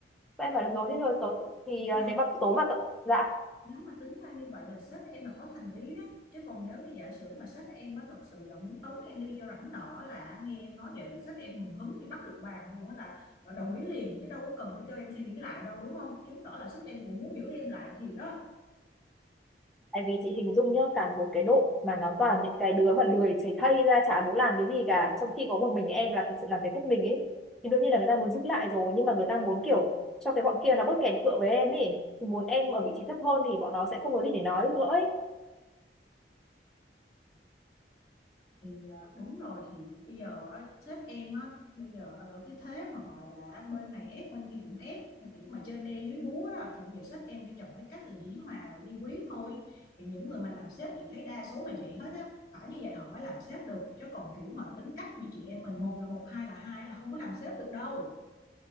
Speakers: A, in the centre; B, on the left (about 25°).
A: Sao em bảo
B: Ừ.
A: được rồi thế rồi tối thì à,
B: Này,
A: nếu mà tối mà t- dạ
B: nếu mà tính ra như vậy là sếp em là có thành ý đấy. Chứ còn nếu như giả sử mà sếp em á thực sự là muốn tống em đi cho rảnh nọ là nghe em nói vậy là sếp em mừng húm như bắt được vàng luôn á là là đồng ý liền chứ đâu có cần phải kêu em suy nghĩ lại đâu đúng không? Chứng tỏ là sếp em cũng muốn giữ em lại thì đó.
A: tại vì chị hình dung nhá cả một cái đội mà nó toàn những cái đứa mà lười chảy thây ra chả muốn làm cái gì cả trong khi có một mình em là thật sự làm việc hết mình ấy thì đương nhiên là người ta muốn giúp lại rồi nhưng mà người ta muốn kiểu cho cái bọn kia nó bớt kèn cựa với em ấy thì muốn em ở vị trí thấp hơn thì bọn nó sẽ không có gì để nói nữa ấy
B: thì ờ, đúng rồi thì bây giờ á, sếp em á bây giờ ở cái thế mà gọi là bên này ép bên kia cũng ép là kiểu mà trên đe dưới búa đó, thì bây giờ sếp em phải chọn cái cách là dĩ hòa vi quý thôi thì những người mà làm sếp chị thấy đa số là vậy hết á phải như vậy họ mới làm sếp được chứ còn kiểu mà tính cách như chị em mình một là một hai là hai là không có làm sếp được đâu